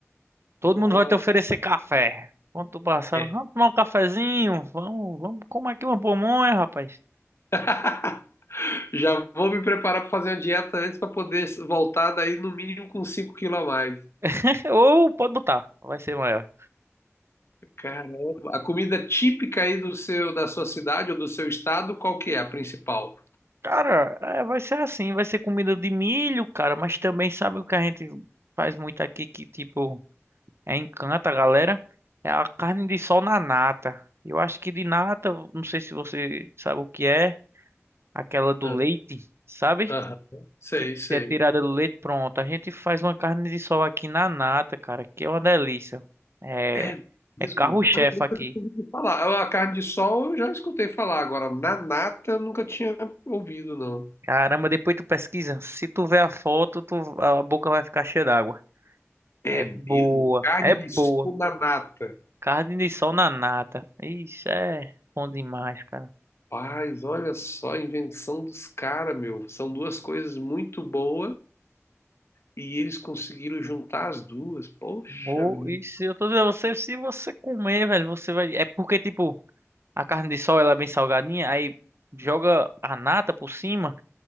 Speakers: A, on the right; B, on the left.
A: todo
B: Nossa,
A: mundo vai te oferecer café. Quando tu passar,
B: é.
A: vamos tomar um cafezinho, vamos, vamos comer aqui uma pamonha, rapaz.
B: <laughs> já vou me preparar para fazer uma dieta antes para poder voltar daí no mínimo com 5 quilos a mais.
A: <laughs> Ou pode botar, vai ser maior.
B: Caramba, a comida típica aí do seu, da sua cidade ou do seu estado, qual que é a principal?
A: Cara, é, vai ser assim, vai ser comida de milho, cara, mas também sabe o que a gente faz muito aqui que, tipo, é encanta a galera? É a carne de sol na nata. Eu acho que de nata, não sei se você sabe o que é. aquela do
B: Ah,
A: leite, sabe?
B: aham. Sei,
A: Que
B: sei.
A: é tirada do leite, pronto. A gente faz uma carne de sol aqui na nata, cara, que é uma delícia. É,
B: É mesmo?
A: é carro-chefe
B: Olha, eu nunca
A: aqui.
B: tinha ouvido falar. A carne de sol eu já escutei falar. Agora, na nata eu nunca tinha ouvido, não.
A: Caramba, depois tu pesquisa. Se tu ver a foto, tu, a boca vai ficar cheia d'água.
B: É
A: É
B: mesmo?
A: boa,
B: Carne
A: é boa.
B: de sol na nata.
A: Carne de sol na nata. Isso é bom demais, cara.
B: Paz, olha só a invenção dos caras, meu. São duas coisas muito boas e eles conseguiram juntar as duas. Poxa
A: Vou,
B: vida.
A: isso, eu tô dizendo a você, se você comer, velho, você vai. É porque, tipo, a carne de sol ela é bem salgadinha, aí joga a nata por cima.